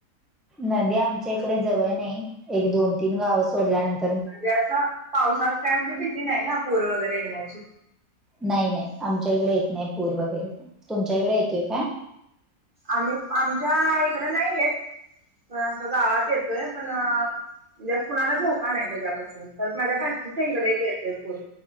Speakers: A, in the centre; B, on the right.
A: नदी आमच्या इकडं जवळ नाही... एक दोन तीन गावं सोडल्यानंत
B: म्हणजे असं... पावसात काय म्हणजे भीती नाही ना... पूर वगैरे येण्याची
A: नाही नाही आमच्या इकडे येत नाही पूर वगैरे... तुमच्या इकडे येतोय काय?
B: आम्ही... आमच्या इकडे नाही येत... पणं आमच्या गावात येतोय पण अ म्हणजे असं कुणाला धोका नाही त्याच्यापासून... परत माझ्या भााचीच्या इकडे एक येतंय पूर